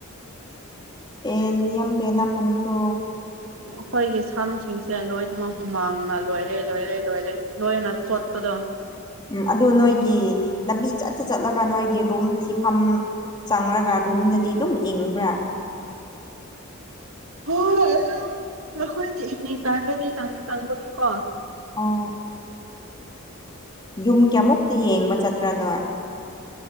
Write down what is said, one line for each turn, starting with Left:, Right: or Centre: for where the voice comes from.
Left: ꯑꯦꯗꯤ ꯄꯦꯂ ꯃꯅꯤꯀꯣ
Right: ꯑꯩꯈꯣꯏꯒꯤ ꯁꯝꯁꯤꯡꯁꯦ ꯂꯣꯏꯅꯃꯛ ꯍꯨꯃꯥꯡꯅ ꯂꯣꯏꯔꯦ ꯂꯣꯏꯔꯦ ꯂꯣꯏꯔꯦ ꯂꯣꯏꯅ ꯆꯣꯠꯄ ꯑꯗꯣ
Left: ꯎꯝ ꯑꯗꯨ ꯅꯣꯏꯒꯤ ꯂꯝꯕꯤ ꯆꯠꯇꯠꯇ ꯆꯠꯂꯒ ꯅꯣꯏꯒꯤ ꯔꯨꯝ ꯊꯤꯐꯝ ꯆꯪꯔꯒ ꯔꯨꯝꯗꯗꯤ ꯑꯗꯨꯝ ꯏꯪꯕ꯭ꯔꯥ
Right: ꯍꯣꯏꯣꯏ ꯑꯩꯈꯣꯏꯗꯤ ꯏꯚꯅꯤꯡ ꯇꯥꯏꯝꯗꯤ ꯆꯪꯉ ꯆꯪꯕꯒꯤ ꯀꯣ <unintelligible>
Left: ꯑꯣ ꯌꯨꯝ ꯀꯌꯥꯃꯨꯛꯇꯤ ꯌꯦꯡꯕ ꯆꯠꯄ꯭ꯔꯥꯅꯣꯏ